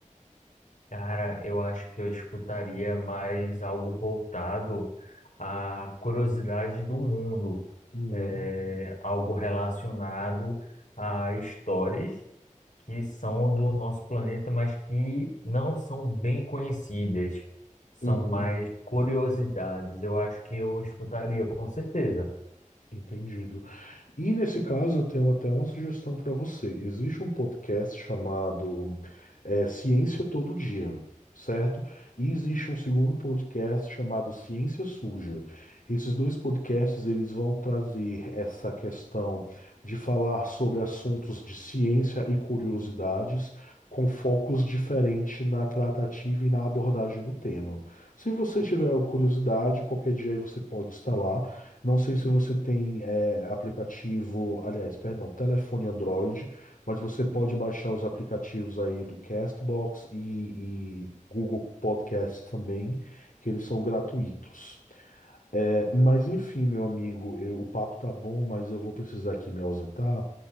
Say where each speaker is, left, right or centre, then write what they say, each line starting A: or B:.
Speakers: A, on the left (about 65°); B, on the left (about 85°).
A: Cara, eu acho que eu escutaria mais algo voltado à curiosidade do mundo
B: Uhum,
A: é, algo relacionado a histórias que são do nosso planeta, mas que não são bem conhecidas, são
B: uhum,
A: mais curiosidades. Eu acho que eu escutaria com certeza.
B: entendido. E nesse caso, eu tenho até uma sugestão para você. Existe um podcast chamado eh, Ciência Todo Dia, certo? E existe um segundo podcast chamado Ciência Suja. Esses dois podcasts, eles vão trazer essa questão de falar sobre assuntos de ciência e curiosidades, com focos diferentes na tratativa e na abordagem do tema. Se você tiver curiosidade, qualquer dia aí você pode instalar. Não sei se você tem é, aplicativo, aliás, perdão, telefone Android, mas você pode baixar os aplicativos aí do Castbox e, e Google Podcasts também, que eles são gratuitos. É, mas enfim, meu amigo, eu- o papo tá bom, mas eu vou precisar aqui me ausentar.